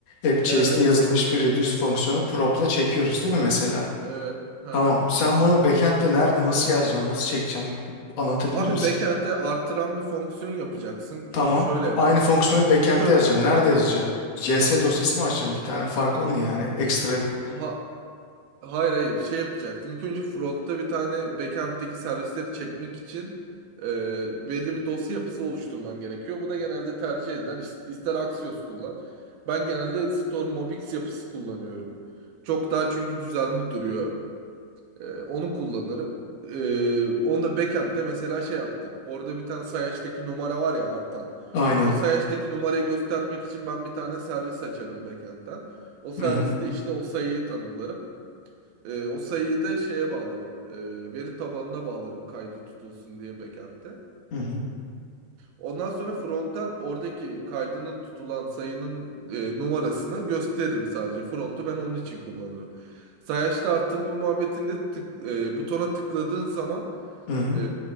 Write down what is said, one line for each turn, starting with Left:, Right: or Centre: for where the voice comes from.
Left: App.js'te
Right: Evet.
Left: yazılmış bir reduce fonksiyonu prop'la çekiyoruz değil mi mesela?
Right: Evet. Aha.
Left: Tamam. Sen bunu backend'de nerede nasıl yazacaksın, nasıl çekeceksin Bir anlatabilir
Right: Abi
Left: misin?
Right: backend'de artıran bir fonksiyon yapacaksın.
Left: Tamam.
Right: Onu şöyle yaparsın.
Left: Aynı fonksiyonu backend'de
Right: İlk
Left: yazacağım. Nerede yazacağım? JS dosyası mı açacağım bir tane? Fark o mu yani? Ekstra bir.
Right: ön... Hayır hayır şey yapacaktın. İlk önce frontta bir tane backend'deki servisleri çekmek için e, belli bir dosya yapısı oluşturman gerekiyor. Bu da genelde tercih edilen is- ister Axios kullan. Ben genelde Storm Mobix yapısı kullanıyorum. Çok daha çünkü düzenli duruyor. E, onu kullanırım. E, onu da backend'de mesela şey yaptın. Orada bir tane sayaçtaki numara var ya artan.
Left: Aynen.
Right: O sayaçtaki numarayı göstermek için ben bir tane servis açarım backend'den. O serviste
Left: Hı hı.
Right: işte o sayıyı tanımlarım. Ee, o sayıyı da şeye bağlarım. ee, veri tabanına bağlarım kaydı tutulsun diye backend'te.
Left: Hı hı.
Right: Ondan sonra front'tan oradaki kaydının tutulan sayının e, numarasını gösteririm sadece. Front'u ben onun için kullanırım. Sayaçta arttırma muhabbetinde tık, e, butona tıkladığın zaman
Left: Hı hı.
Right: ee,